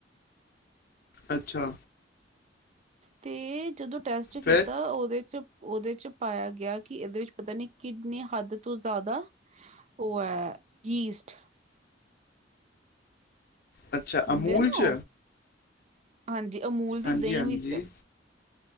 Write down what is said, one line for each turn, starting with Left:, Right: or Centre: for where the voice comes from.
Left: ਅੱਛਾ,
Right: ਤੇ ਜਦੋਂ ਟੈਸਟ
Left: ਫਿਰ
Right: ਕੀਤਾ ਓਦੇ ਚ ਉਹਦੇ ਚ ਪਾਇਆ ਗਿਆ, ਕਿ ਇਹਦੇ ਵਿੱਚ ਪਤਾ ਨੀ ਕਿਤਨੀ ਹੱਦ ਤੋਂ ਜ਼ਿਆਦਾ, ਉਹ ਹੈ ਈਸਟ
Left: ਅੱਛਾ
Right: ਹੁੰਦੇ
Left: ਅਮੂਲ
Right: ਆ ਨਾ
Left: ਚ
Right: ਉਹ ਹਾਂਜੀ, ਅਮੂਲ ਦੀ
Left: ਹਾਂਜੀ
Right: ਦਹੀਂ
Left: ਹਾਂਜੀ
Right: ਵਿੱਚ